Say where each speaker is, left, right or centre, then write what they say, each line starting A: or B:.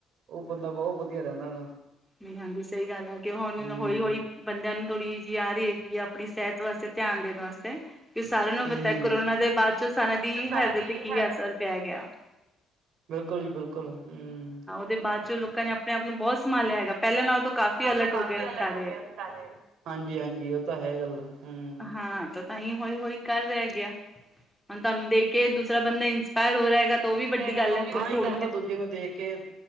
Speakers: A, on the right; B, in the centre.
A: ਉਹ ਬੰਦਾ ਬਹੁਤ ਵਧੀਆ ਰਹਿੰਦਾ ਹੈਗਾ
B: ਨਹੀਂ ਹਾਂਜੀ ਸਹੀ ਗੱਲ ਆ ਕਿ ਹੁਣ
A: ਹਮ
B: ਹੌਲੀ ਹੌਲੀ ਬੰਦਿਆਂ ਨੂੰ ਥੋੜ੍ਹੀ ਜਿਹੀ ਆ ਰਹੀ ਹੈਗੀ ਆ ਆਪਣੀ ਸਿਹਤ ਵਾਸਤੇ ਧਿਆਨ ਦੇਣ ਵਾਸਤੇ ਕਿ ਸਾਰਿਆਂ ਨੂੰ
A: ਹੂੰ।
B: ਪਤਾ ਕਰੋਨਾ ਦੇ ਬਾਅਦ ਚ ਸਾਰਾ ਦੀ
A: ਜੋ ਸਾਰਿਆਂ
B: ਹੈਲਦ
A: ਦੀ
B: ਤੇ ਕੀ
A: ਹੈਲਥ
B: ਅਸਰ ਪੈ ਗਿਆ
A: ਬਿਲਕੁਲ ਜੀ ਬਿਲਕੁਲ ਹਮ
B: ਦੇ ਬਾਅਦ ਚੋਂ ਲੋਕਾਂ ਨੇ ਆਪਣੇ ਆਪ ਨੂੰ ਬਹੁਤ ਸੰਭਾਲਿਆ ਹੈਗਾ ਪਹਿਲਾਂ ਨਾਲ ਤੋਂ ਕਾਫ਼ੀ
A: ਨਾਲ
B: ਅਲਟ
A: ਤੋਂ
B: ਹੋ ਗਏ ਹੁਣ
A: ਅਲਰਟ
B: ਸਾਰੇ
A: ਹੋ ਗਏ ਹੁਣ ਹਾਂਜੀ ਹਾਂਜੀ ਉਹ ਤਾਂ ਹੈ ਗੱਲ। ਹੂੰ
B: ਹਾਂ। ਤਾਂ ਹੀ ਹੌਲੀ ਹੌਲੀ ਕਰ ਰਿਹਾ ਗਿਆ ਹੁਣ ਤੁਹਾਨੂੰ ਦੇਖ ਕੇ ਦੂਸਰਾ ਬੰਦਾ ਇੰਸਪਾਇਰ ਹੋ ਰਿਹਾ ਹੈਗਾ। ਤਾਂ ਉਹ ਵੀ ਵੱਡੀ
A: ਹਾਂ
B: ਗੱਲ ਹੈ ਚਲ
A: ਇੱਕ
B: ਥੋੜ੍ਹੀ
A: ਉਹਦਾ
B: ਜਿਹੀ
A: ਦੂਜੇ ਨੂੰ ਦੇਖ ਕੇ